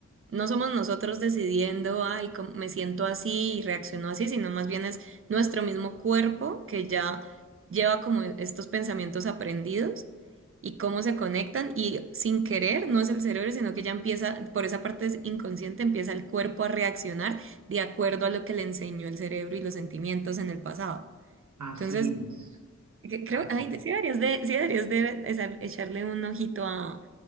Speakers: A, on the right; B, on the right.
A: No somos nosotros decidiendo, ay, cómo- me siento así y reacciono así, sino más bien es nuestro mismo cuerpo que ya lleva como estos pensamientos aprendidos y cómo se conectan y sin querer, no es el cerebro, sino que ya empieza, por esa parte es inconsciente, empieza el cuerpo a reaccionar de acuerdo a lo que le enseñó el cerebro y los sentimientos en el pasado.
B: Así
A: Entonces,
B: es,
A: que- creo,
B: así
A: ay,
B: es.
A: de- sí deberías de, sí deberías de esa- echarle un ojito a,